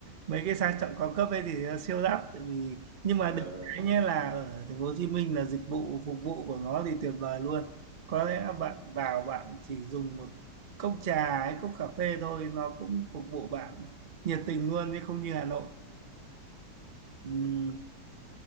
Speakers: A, on the right; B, on the right.
A: mấy cái sang trọng cao cấp ấy thì nó siêu đắt tại vì nhưng mà
B: Ờ,
A: được cái nhé là ở thành phố Hồ Chí Minh là dịch vụ phục vụ của nó thì tuyệt vời luôn có lẽ
B: ừ,
A: bạn vào
B: ừ.
A: bạn chỉ dùng một cốc trà hay cốc cà phê thôi nó cũng phục vụ bạn nhiệt tình luôn chứ không như Hà Nội Ừm,